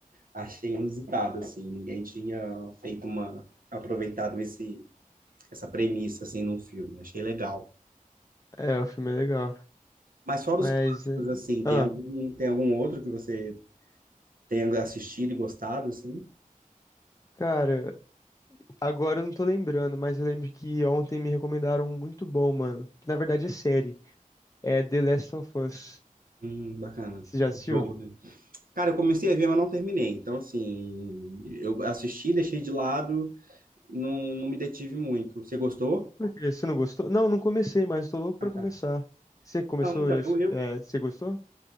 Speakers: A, on the right; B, on the left.
A: Achei inusitado, assim, ninguém tinha feito uma, aproveitado esse, essa premissa, assim, num filme, achei legal.
B: É, o filme é legal.
A: Mas fora
B: Mas.
A: os clássicos,
B: é,
A: assim, tem
B: Ah,
A: algum, tem algum outro que você tenha assistido e gostado, assim?
B: cara, agora eu não tô lembrando, mas eu lembro que ontem me recomendaram um muito bom, mano. Que na verdade é série. É The Last of Us.
A: Hum, bacana.
B: Você já assistiu?
A: Jogo, né? Cara, eu comecei a ver, mas não terminei. Então, assim, eu assisti, deixei de lado, não, não me detive muito. Você gostou?
B: Por quê? Você não gostou? Não, não comecei, mas tô louco
A: Ah,
B: pra
A: tá.
B: começar. Você começou
A: Não, então,
B: já? assi-
A: eu, eu,
B: É, você gostou?